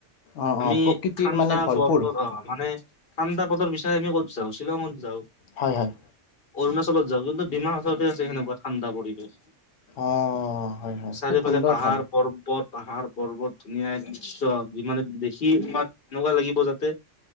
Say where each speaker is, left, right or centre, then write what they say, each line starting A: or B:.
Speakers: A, on the left (about 80°); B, on the left (about 50°).
A: অঁ
B: আমি
A: অঁ প্ৰকৃতিৰ
B: ঠাণ্ডা
A: মানে ভৰপূৰ
B: বতৰ অ' মানে ঠাণ্ডা বতৰ বিছ। অ আমি ক'ত যাওঁ শ্বিলঙত যওঁ
A: হয় -হয়
B: অৰুণাচলত যাও কিন্তু। ডিমা হাছাও তে আছে সেনেকুৱা ঠাই ঠাণ্ডা পৰিৱেশ।
A: অ হয় -হয়
B: চাৰিওফালে
A: খুব সুন্দৰ
B: পাহাৰ
A: ঠাই।
B: পৰ্বত পাহাৰ পৰ্বত ধুনীয়া দৃশ্য যিমানে দেখি তোমাৰ এনেকুৱা লাগিব যাতে